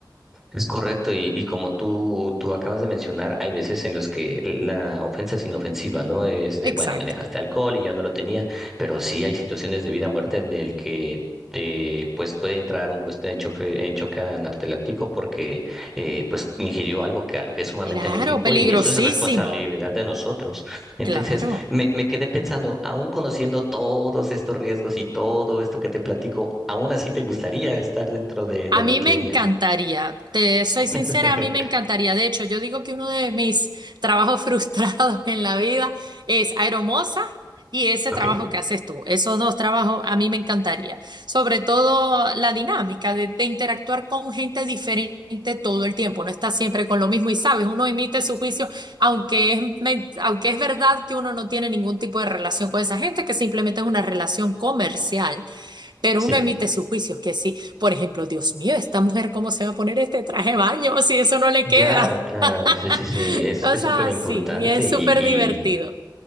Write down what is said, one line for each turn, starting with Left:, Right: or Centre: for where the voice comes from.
Centre: Es correcto, y, y como tú, tú acabas de mencionar, hay veces en los que la ofensa es inofensiva, ¿no? Es de,
Right: Exacto.
Centre: bueno, me dejaste alcohol y yo no lo tenía, pero sí hay situaciones de vida o muerte en el que eh, pues puede entrar un huésped en, chofe- en choque anafiláctico porque eh, pues ingirió algo que a lo que es sumamente
Right: Claro,
Centre: alérgico
Right: peligrosísimo.
Centre: y eso es responsabilidad de nosotros. Entonces,
Right: Claro.
Centre: me, me quedé pensando, aún conociendo todos estos riesgos y todo esto que te platico, aún así te gustaría estar dentro de, de
Right: A
Centre: la
Right: mí
Centre: hotelería,
Right: me encantaría, te soy sincera,
Centre: <laughs>
Right: a mí me encantaría. De hecho, yo digo que uno de mis trabajos <laughs> frustrados en la vida es aeromoza y ese
Centre: ¿ok?
Right: trabajo que haces tú. Esos dos trabajos a mí me encantaría. Sobre todo la dinámica de, de interactuar con gente diferente todo el tiempo. No estás siempre con lo mismo y sabes, uno emite su juicio, aunque es, men- aunque es verdad que uno no tiene ningún tipo de relación con esa gente, que simplemente es una relación comercial. Pero
Centre: Sí,
Right: uno emite sus juicios, que sí, por ejemplo, Dios mío, esta mujer, ¿cómo se va a poner este traje de baño si eso no le queda?
Centre: claro, claro, sí, sí, sí,
Right: <laughs>
Centre: es
Right: Cosas
Centre: es súper importante
Right: así, y es
Centre: y,
Right: súper
Centre: y,
Right: divertido.